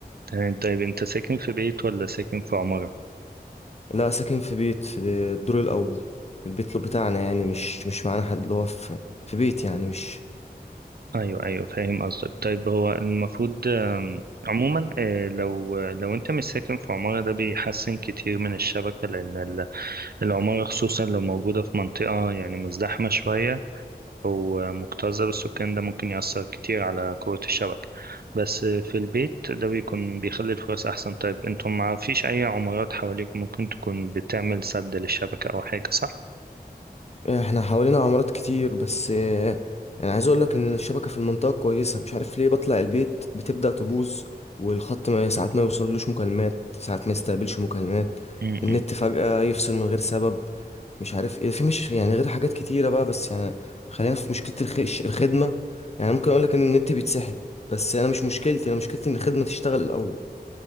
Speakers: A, on the right; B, on the left.
A: طيب طيب أنت ساكن في بيت ولا ساكن في عمارة؟
B: لا ساكن في بيت في الدور الاول في البيت لو بتاعنا يعني مش مش معانا حد اللي هو في في بيت يعني مش
A: أيوه أيوه فاهم قصدك طيب هو المفروض آم، عموما آه، لو لو أنت مش ساكن في عمارة ده بيحسن كتير من الشبكة لأن ال- العمارة خصوصا لو موجودة في منطقة يعني مزدحمة شوية هو مكتظة بالسكان ده ممكن يأثر كتير على قوة الشبكة بس في البيت ده بيكون بيخلي الفرص أحسن طيب انتم ما فيش أي عمارات حواليك ممكن تكون بتعمل سد للشبكة أو حاجة صح؟
B: احنا حوالينا عمارات كتير بس اه، انا عايز اقول لك ان الشبكه في المنطقه كويسه مش عارف ليه بطلع البيت بتبدا تبوظ والخط ما ساعات ما يوصلوش مكالمات ساعات ما يستقبلش مكالمات
A: م-م.
B: النت فجاه يفصل من غير سبب مش عارف ايه في مش يعني غير حاجات كتيره بقى بس يعني خلينا في مشكله الخش الخدمه يعني ممكن اقول لك ان النت بيتسحب بس انا مش مشكلتي انا مشكلتي ان الخدمه تشتغل الاول